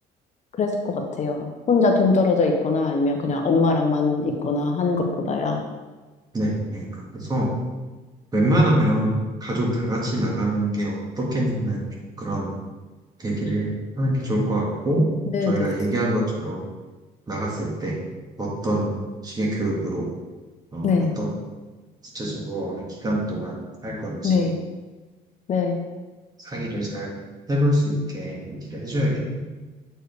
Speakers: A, on the left; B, on the right.
A: 그랬을 것 같아요. 혼자 동떨어져 있거나 아니면 그냥 엄마랑만 있거나 하는 것보다야.
B: 네, 네. 그래서 웬만하면 가족 다 같이 나가는 게 어떻겠냐는 그런 얘기를 하는 게 좋을 것 같고,
A: 네네.
B: 저희가 얘기한 것처럼 나갔을 때 어떤 식의 교육으로, 어,
A: 네,
B: 어떤 구체적으로 어느 기간 동안 할 건지
A: 네, 네.
B: 상의를 잘 해볼 수 있게 얘기를 해줘야겠네요.